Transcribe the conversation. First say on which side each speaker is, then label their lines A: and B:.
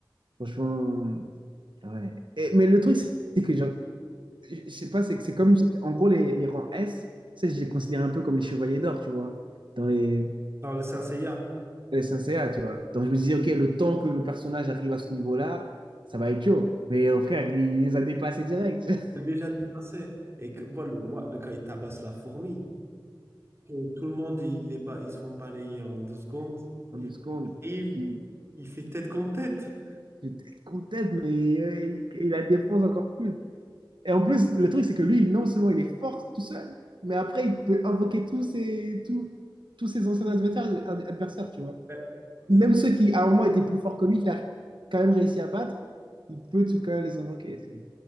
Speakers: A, on the right; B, on the right.
A: Franchement, ouais. Et- mais le truc, c'est que, genre, je je sais pas, c'est que c'est comme... En gros, les, les rangs S, ça, je les considère un peu comme les chevaliers d'or, tu vois, dans les,
B: Dans le Saint Seiya.
A: les SNCA, tu vois. Donc, je me disais, OK, le temps que le personnage arrive à ce niveau-là, ça va être chaud. Mais euh, frère, il les a dépassés direct. <laughs>
B: déjà dépassé. Et que, moi, le, moi, le- quand il tabasse la fourmi, que tout le monde, il est ba- ils se font balayer en deux secondes. Lui,
A: de secondes.
B: il arrive,
A: Et tu
B: il fait tête contre tête.
A: tu te contentes, mais euh, il, il la défense encore plus. Et en plus, le truc, c'est que lui, non seulement il est fort tout seul, mais après, il peut invoquer tous ses, tous, tous ses anciens adversaires, ad- adversaires, tu vois.
B: Ouais. C'est
A: Même
B: ça.
A: ceux qui, à un moment, étaient plus forts que lui, qu'il a quand même réussi à battre, il peut tout quand même les invoquer. C'est-